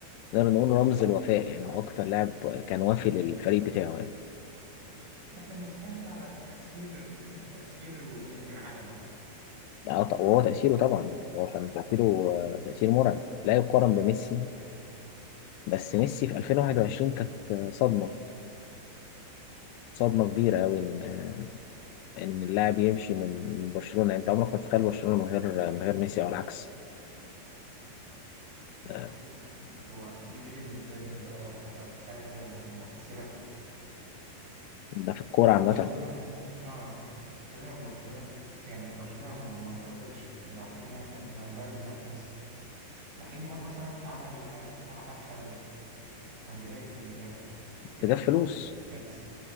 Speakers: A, on the left (about 80°); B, on the right (about 80°).
A: نقدر نقول رمز الوفاء يعني هو أكتر لاعب كان وافي للفريق بتاعه يعني
B: احنا بنتكلم على تأثير تأثير وجودك من عدمه يعني
A: لا ط- وهو تأثيره طبعا هو كان تأثيره آه، تأثير مرعب لا يقارن بميسي بس ميسي في 2021 كانت صدمة صدمة كبيرة أوي إن آه، إن اللاعب يمشي من برشلونة يعني أنت عمرك ما تتخيل برشلونة من غير من غير ميسي أو العكس
B: انت
A: آه،
B: عارف هو دي بالنسبة لي هي اه أكتر حاجة مؤثرة
A: ده في الكورة
B: لبرشلونة
A: عامة
B: اه خلينا في برشلونة يعني برشلونة ما ما انضرتش برحيل لاعب قد ما انضرت برحيل ميسي رحيل نيمار مثلا عمل آه، عمل خلل وكان بداية المشاكل وكده
A: جاب فلوس
B: بس